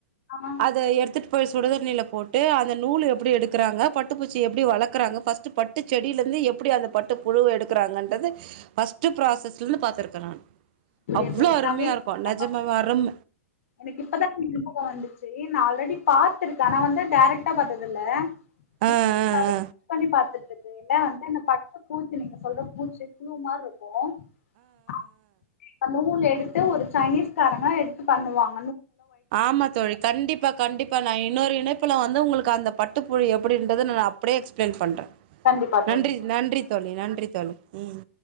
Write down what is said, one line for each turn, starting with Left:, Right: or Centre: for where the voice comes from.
Left: ஆஹ்
Right: அத எடுத்துட்டு போய் ஸு சுடுதண்ணில போட்டு அத நூலு எப்டி எடுக்கறாங்க பட் டு பூச்சி எப்டி வளக்கறாங்க ஃபஸ்ட்டு பட்டு செடியிலந்து எப்டி அந்த பட் துப் புழுவு எடுக்கறாங்கன்றது ஃபஸ்ட்டு ப்ராசஸ் தின்னு பாத்திருக்கே‌ நான்
Left: அப்படியா
Right: அவ்ளோ
Left: தோழி
Right: அரும்மியாருக்கு
Left: நான் வீடியோ
Right: நெஜமாவே அரும்
Left: எனக்கு இப்பதா <inaudible> வந்துச்சி நா ஆல்ரெடி பாத்திருக்கே ஆனா வந்து டேரக்டா பாத்தது இல்ல <inaudible>
Right: ஆ ஆ
Left: பண்ணி பாத்துட்டுருக் து எல்லா வந்து அந்த பட்ட பூச்சி நீங்க சொல்ற பூச்சி புழுவு மார்ருக்கூ ஆ ந்த நூல் எடு ட்டு ஒரு சைனீஸ்காரனா எடுத்து பண்ணுவா
Right: ஆமா தோழி கண்டிப்பா கண்டிப் ப்ப நா இன்னோரு இணைப்புல வந்து உங்குளுக்கு அந்த பட்டுப்புழு எப்டின்றது ந நா அ ப்டே எக்ஸ்பிளைன் பண்றே
Left: கண்டிப்பா
Right: நன்றி
Left: தோழி
Right: நன்றி தோழி நன்றி தோழி ம்